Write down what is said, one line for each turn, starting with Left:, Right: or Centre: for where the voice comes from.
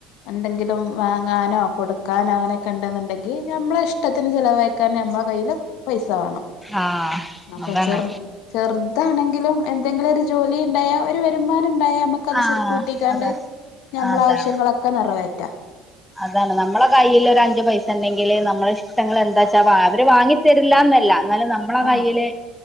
Left: എന്തെങ്കിലും വാ ങ്ങാനോ കൊടുക്കാനോ അങ്ങനെയൊക്കെ ഉണ്ടെന്നുണ്ടെങ്കി നമ്മളെ ഇഷ്ടത്തിന് ചിലവഴിക്കാൻ നമ്മളെ കയ്യില് പൈസ വേണം.
Centre: ആഹ്
Left: അപ്പൊ
Centre: അതാണ്
Left: ചെർ ചെർതാണെങ്കിലും എന്തെങ്കിലും ഒരു ജോലി ണ്ടായാ ഒരു വരുമാനം ണ്ടായാ നമ ക്കത്
Centre: ആഹ്
Left: സ്വരുക്കൂട്ടിക്കാണ്ട്
Centre: അതാ
Left: ഞമ്മളാവശ്യങ്ങളൊക്കെ
Centre: അതാണ്
Left: നിറവേറ്റാ.
Centre: അതാണ് നമ്മളെ കയ്യില് ഒരഞ്ചു പൈസ ഉണ്ടെങ്കില് നമ്മളെ ഇഷ്ടങ്ങൾ എന്താ ച്ചാ വാ, അവര് വാങ്ങി തരില്ലാന്നല്ല ന്നാലും നമ്മളെ
Left: ആഹ്
Centre: കയ്യിൽ